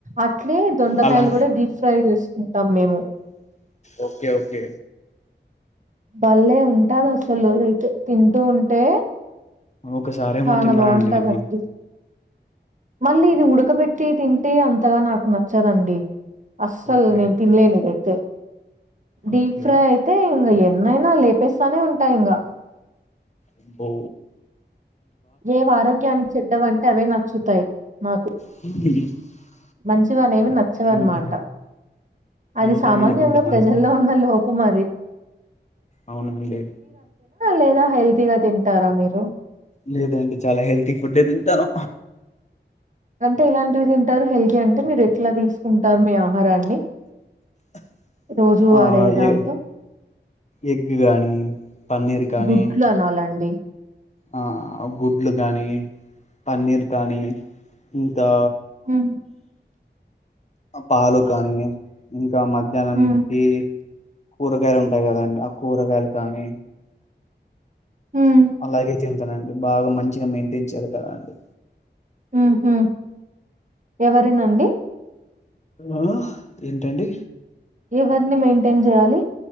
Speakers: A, on the right; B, on the left.
A: అట్లే దొండకాయలు
B: అలా
A: కూడా డీప్ ఫ్రై చేస్త ఉంటాం మేము
B: ఓకే ఓకే
A: బళ్లే ఉంటాది అసలు త్ తింటూ ఉంటే,
B: ఒకసారేమో
A: చనా
B: తిన్నానండి
A: బాగుంటాదండి,
B: నేను
A: మళ్ళీ ఇది ఉడకబెట్టి తింటే అంతగా నాకు నచ్చదండి, అస్సలు
B: ఓకే
A: నేను తిన్లేను ఇదైతే డీప్
B: ఓకే
A: ఫ్రై అయితే ఇగా ఇవి అయినా లేపేస్తానే ఉంటా ఇంకా,
B: అబ్బో
A: ఏవి ఆరోగ్యానికి చెడ్డవి అంటే అవే నచ్చుతాయి, నాకు
B: <unintelligible>
A: మంచివినే ఏమి నచ్చవ
B: అంతే
A: అన్నమాట అది
B: అంతేనండి
A: సామాన్యంగా
B: కొంతమంది
A: ప్రజల్లో ఉన్న లోప, కుమది
B: అవునండి
A: లేదా హెల్తీగా తింటారా మీరు
B: లేదండి చాలా హెల్తీ ఫుడ్డే తింటాను
A: అంటే ఎలాంటివి తింటారు, హెల్దీ అంటే మీరు ఎట్లా తీసుకుంటారు, మీ ఆహారాన్ని
B: <unintelligible>
A: రోజు వారయ్య
B: ఆ
A: దాంతో
B: ఏ ఎగ్ కానీ, పన్నీర్ కానీ
A: గుడ్లు అనాలండి
B: ఆ గుడ్లు కానీ, పన్నీర్ కానీ ఇంకా
A: ఉమ్
B: పాలు కానీ ఇకా మధ్యాహ్నంకి
A: ఉమ్
B: కూరగాయలు ఉంటాయి కాదండి ఆ కూరగాయలు కానీ,
A: ఉమ్
B: అలాగే తింటానండి బాగా మంచిగా మెయింటైన్ చేయ్యాలి కదాండి,
A: ఉహు ఎవరినండి,
B: ఆ ఏంటండి
A: ఎవరిని మెయింటైన్ చేయ్యాలి,